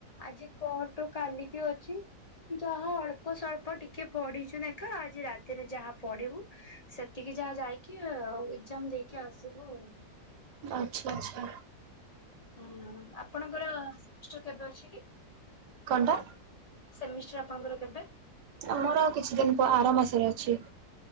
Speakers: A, on the left; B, on the right.
A: ଆଜି କଟୁ କାଲିକି ଅଛି। ଯାହା ଅଳ୍ପ ସଳ୍ପ ଟିକେ ପଢିଚୁ ନେଖା ଆଜି ରାତିରେ ଯାହା ପଢିବୁ। ସେତିକି ଯାହା ଯାଇକି ଆଉ ଏଗ୍ଜାମ୍ ଦେଇକି ଆସିବୁ ଆଉ।
B: ଆଚ୍ଛା ଆଚ୍ଛା
A: ହଁ ଆପଣଙ୍କର ସେମିଷ୍ଟର କେବେ ଅଛି କି।
B: କନ ଣ୍ଟା।
A: ସେମିଷ୍ଟର ଆପଣଙ୍କର କେବେ।
B: ଆମର ଆଉ କିଛି ଦିନି ଆର ମାସରେ ଅଛି।